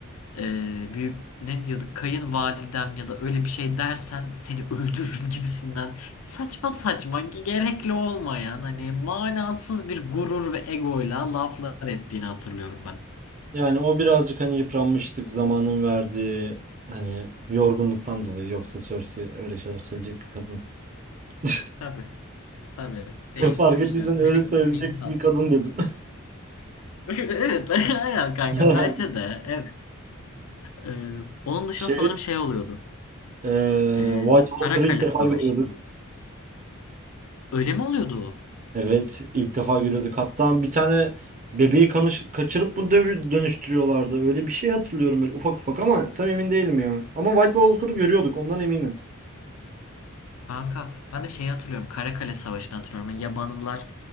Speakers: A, on the left (about 80°); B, on the right (about 35°).
A: e, büyük ne diyorduk kayınvalidem ya da öyle bir şey dersen seni öldürürüm <laughs> gibisinden Saçma saçma gerekli olmayan hani manasız bir gurur ve egoyla laflar ettiğini hatırlıyorum ben.
B: Yani o birazcık hani yıpranmışlık zamanın verdiği hani yorgunluktan dolayı yoksa Cersei öyle şeyler söyleyecek bir kadın. <laughs>
A: Tabii tabii değil
B: Fark
A: doğru
B: ettiysen
A: söylüyorsun
B: öyle
A: melek
B: söyleyecek
A: gibi bir insan.
B: bir kadın
A: <laughs>
B: dedim.
A: Evet <laughs> ya kanka
B: <laughs>
A: bence de evet. Ee, onun dışında
B: Şey
A: sanırım şey oluyordu.
B: Ee,
A: Ee,
B: White Walker'ı
A: Karakale
B: ilk defa
A: Savaşı.
B: görüyorduk.
A: Öyle mi oluyordu? o?
B: Evet, ilk defa görüyorduk. Hatta bir tane bebeği kanış- kaçırıp mı dövü- dönüştürüyorlardı? Öyle bir şey hatırlıyorum böyle ufak ufak ama tam emin değilim ya. Ama White Walker'ı görüyorduk, ondan eminim.
A: Kanka ben de şeyi hatırlıyorum Karakale Savaşı'nı hatırlıyorum. Yani Yabanlılar